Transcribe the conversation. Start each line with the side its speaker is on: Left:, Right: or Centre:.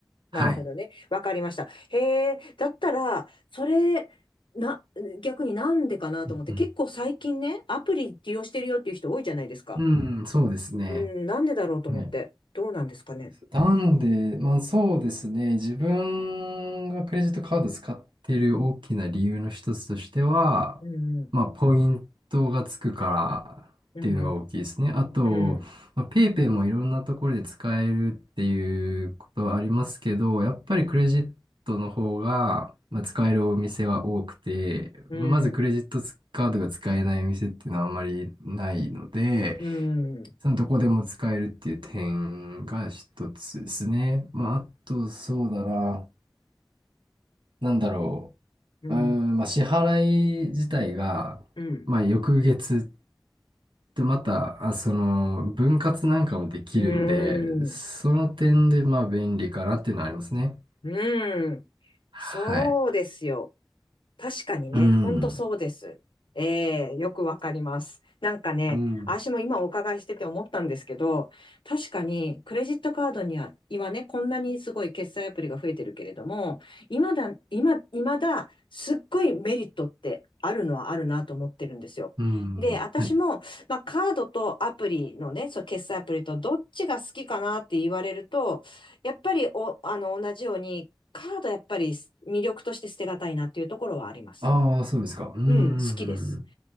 Left: なるほどね。
Right: はい。
Left: わかりました。へえ、だったら、それ、な、逆になんでかなと思って、
Right: うん、
Left: 結構最近ね、アプリ利用してるよっていう人多いじゃないですか。
Right: うん。うん、そうですね。
Left: うん、なんでだろうと思って。
Right: ね
Left: どうなんですかね。
Right: なんで、まあそうですね、自分がクレジットカード使ってる大きな理由の一つとしては、
Left: うん、
Right: まあポイントがつくからっていうのが大きいですね。
Left: うん、
Right: あと、
Left: うん、
Right: まあ、ペイペイもいろんなところで使えるっていうことはありますけど、やっぱりクレジットの方が、まあ、使えるお店は多くて、
Left: うん、
Right: まずクレジットカードが使えないお店っていうのはあんまりないので、
Left: うん、うん、
Right: そのどこでも使えるっていう点が一つですね。まあ、あと、そうだな。なんだろ
Left: うん、
Right: う。うーん、まあ、支払い自体が、
Left: うん、
Right: まあ、翌月ってまた、あ、その、分割なんかもできるんで、
Left: う
Right: その点で、
Left: ん、
Right: まあ、便利かなっていうのはありますね。
Left: うん。
Right: はい。
Left: そうですよ。確かにね、
Right: うん。
Left: ほんとそうです。ええ、よくわかります。なんかね、
Right: うん。
Left: 私も今お伺いしてて思ったんですけど、確かにクレジットカードには今ね、こんなにすごい決済アプリが増えてるけれども、今だ、今、今だ、すっごいメリットってあるのはあるなと思ってるんですよ。
Right: うん。
Left: で、私も、
Right: はい。
Left: まあ、カードとアプリのね、そう、決済アプリとどっちが好きかなって言われると、やっぱりお、あの、同じようにカードやっぱり魅力として捨てがたいなっていうところはあります。
Right: ああー、そうですか。うん。
Left: うん、
Right: う
Left: 好きです。
Right: ん。